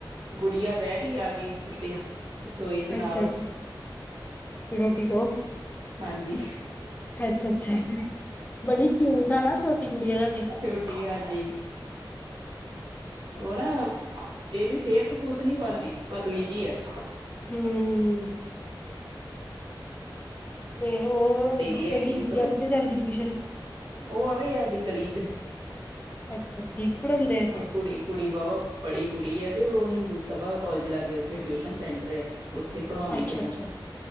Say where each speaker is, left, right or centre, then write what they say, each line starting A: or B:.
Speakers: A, on the right; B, on the left.
A: ਗੁੜੀਆ ਬਹਿ ਗਈ ਆ ਕੇ ਉੱਥੇ ਰਸੋਈ ਚ ਨਾਲ
B: ਅੱਛਾ ਰੋਟੀ ਤੋਂ
A: ਹਾਂਜੀ।
B: ਅੱਛਾ ਅੱਛਾ ਬੜੀ ਕਿਉਟ ਆ ਨਾ ਛੋਟੀ ਕੁੜੀ ਦਾ।
A: ਛੋਟੀ ਹਾਂਜੀ। ਉਹ ਨਾ ਇਹਦੀ ਸਿਹਤ ਸੂਹਤ ਨੀ ਬਣਦੀ ਪਤਲੀ ਜਿ ਹੈ।
B: ਹਮ। ਤੇ ਉਹ
A: ਦੀ ਹੈਗੀ
B: ਵੱਡੀ
A: ਸੀ
B: ਕੁੜੀ
A: ਸਗੋਂ
B: ਆ ਕਿਤੇ ਜਾਂਦੀ ਟਿਊਸ਼ਨ?
A: ਉਹ ਆਵੇ ਸਾਡੀ ਗਲੀ ਚ
B: ਅੱਛਾ ਠੀਕ ਪੜ੍ਹਾਉਂਦੇ
A: ਕੁੜੀ ਕੁੜੀ ਵਵਾ ਪੜੀ ਪੁੜੀ ਆ। ਉਹ ਹਿੰਦੂ ਸਭਾ ਕੋਲਜ ਲਾਗੇ ਉੱਥੇ ਟਿਊਸ਼ਨ ਸੈਂਟਰ ਆ। ਉੱਥੇ ਪੜ੍ਹਾਉਂਦੀ
B: ਅੱਛਾ
A: ਪਹਿਲਾਂ
B: ਅੱਛਾ